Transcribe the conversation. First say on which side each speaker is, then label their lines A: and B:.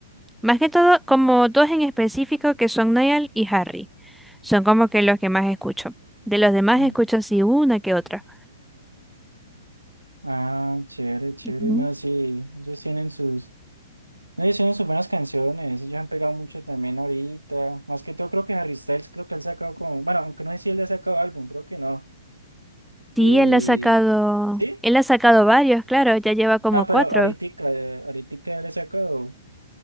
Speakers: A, in the centre; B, on the right.
A: más que todo, como dos en específico que son Niall y Harry. Son como que los que más escucho. De los demás
B: Ujú.
A: escucho así una que otra.
B: Ah, chévere, chévere.
A: Ujú.
B: No, sí, ellos tienen sus, no, ellos tienen sus buenas canciones. Ellos han pegado mucho también ahorita. Más que todo, creo que Harry Styles, creo que él sacado como, bueno, aunque no sé si él ha sacado álbum, creo que no.
A: Sí,
B: Y,
A: él ha sacado,
B: ¿sí?
A: él ha sacado varios, claro, ya lleva como
B: No, pero
A: cuatro.
B: ahorita, eh, ahorita él ha sacado,